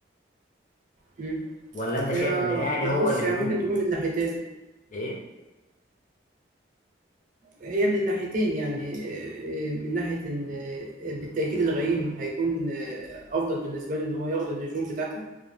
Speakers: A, on the right; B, on the left.
A: مم.
B: ولا انت شايف
A: هي
B: ان الاهلي هو
A: بص
B: اللي بيكون
A: يعني ممكن تكون من ناحيتين
B: ايه
A: هي من الناحيتين يعني آه، آه، من ناحية إن آه، بالتأكيد الغيم هيكون آه، أفضل بالنسبة له إن هو ياخد النجوم بتاعتك